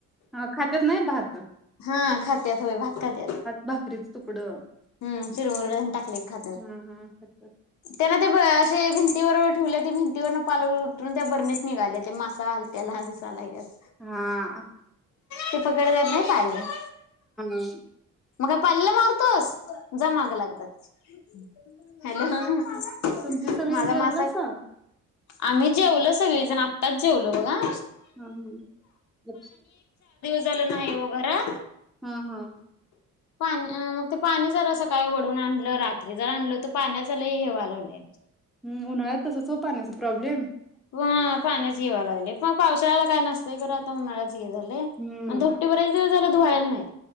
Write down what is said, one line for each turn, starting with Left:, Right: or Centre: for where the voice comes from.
Centre: हा खात्यात नाय भात
Left: हा खात त्यात होय भात खात्यात
Centre: भाकरीच तुकडं
Left: हम्म चिरमुरे टाकले खात्यात
Centre: हम्म हम्म अच्छा.
Left: त्यांना ते जे भिंतीबरबर ठेवले ते भिंतीवरन पाल उतरुन त्या भरणीत निघाले ते मासा हलत्याल दिसाया लागल्यात
Centre: हा
Left: ते पकडतात नाय <inaudible>
Centre: हम्म.
Left: मग काय पालीला मार जा माग लाग तीज्या हॅलो
Centre: तुमची सगळी
Left: माझा
Centre: जेवलासा.
Left: मासा आम्ही जेवलो सगळीजण आताच जेवलो बघा.
Centre: हम् हम <inaudible>
Left: झाल नाही ओ. भरा
Centre: हा हा
Left: पाणी मग ते पाणी जरा सकाळी वढून आणलं रात्री जरा आणलं होतं पाण्याच लय व्हायला लागलं
Centre: हम् उन्हाळ्यात तसच हो पाण्याचा प्रॉब्लेम
Left: हा पाण्याच व्हायला लागलय पण पावसाळ्याला काय नसतय खर आता उन्हाळ्यात. ही झालंय
Centre: हम्म
Left: आणि कपडे बरेच दिवस धुवायला नाही.